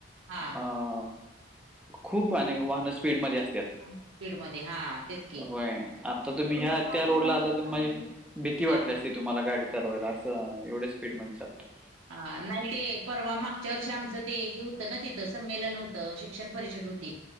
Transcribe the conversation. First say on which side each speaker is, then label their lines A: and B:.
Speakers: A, on the right (about 80°); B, in the centre.
A: हा.
B: अं,
A: <inaudible>
B: खूप अनेक वाहन स्पीड मध्ये असतात.
A: वाहनं स्पीडमध्ये हां तेच की
B: होय आ आता तुम्ही
A: रोड
B: ह्या
A: मोठा
B: त्या
A: झाल्यामुळे
B: रोडला आता
A: ते
B: तुझी,
A: चांगलं दिसतंय
B: भीती वाटली
A: हां
B: असतील. तुम्हाला गाडी चालवायला असं, एवढे स्पीड मध्ये चालते.
A: अ नाही ते परवा मागच्या वर्षी आमचं ते हे होतं ना, तिथं संमेलन होत शिक्षण परिषद होती.